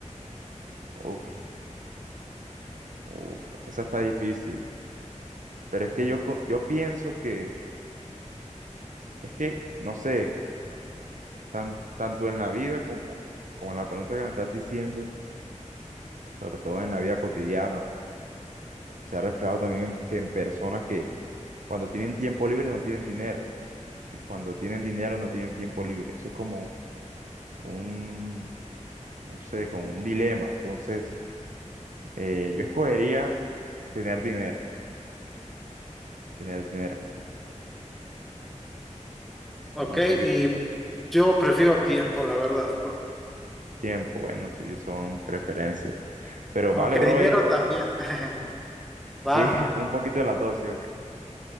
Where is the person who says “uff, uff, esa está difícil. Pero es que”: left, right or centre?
Right